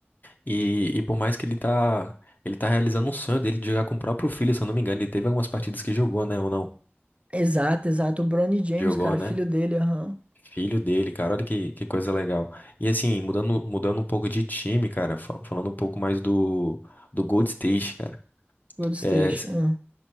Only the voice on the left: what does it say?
e, e por mais que ele tá, ele tá realizando um sonho dele de jogar com o próprio filho, se eu não me engano, ele teve algumas partidas que jogou, né, ou não?
Jogou,
né?
Filho dele, cara, olha que, que coisa legal. E assim, mudando, mudando um pouco de time, cara, fa- falando um pouco mais do, do Gold State, cara.
É, c-